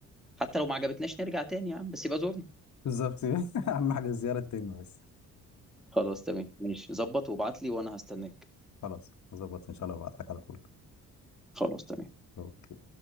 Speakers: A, in the centre; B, on the left (about 40°).
A: حتى لو ما عجبتناش نرجع تاني يا عم بس يبقى زورنا
B: بالظبط <laughs> اهم حاجة الزيارة تتم بس
A: خلاص تمام ماشي ظبط وابعت لي وانا هستناك
B: خلاص هظبط ان شاء الله وابعت لك على طول
A: خلاص تمام
B: اوكي